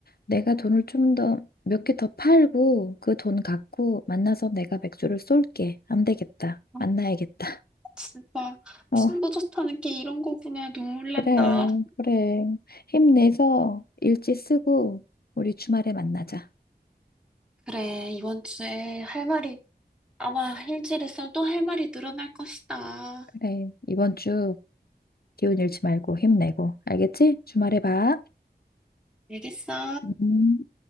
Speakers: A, on the left; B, in the centre.
A: 내가 돈을 좀 더 몇 개 더 팔고 그 돈 갖고 만나서 내가 맥주를 쏠게. 안 되겠다.
B: 아
A: 만나야겠다. <laughs>
B: 진짜
A: 어,
B: 친구 좋다는 게 이런 거구나 눈물 난다
A: 그래, 그래. 힘내서 일지 쓰고 우리 주말에 만나자.
B: 그래 이번 주에 할 말이 아마 일주일에 있으면 또 할 말이 늘어날 것이다
A: 그래. 이번 주 기운 잃지 말고 힘내고. 알겠지? 주말에 봐.
B: 알겠어?
A: 음.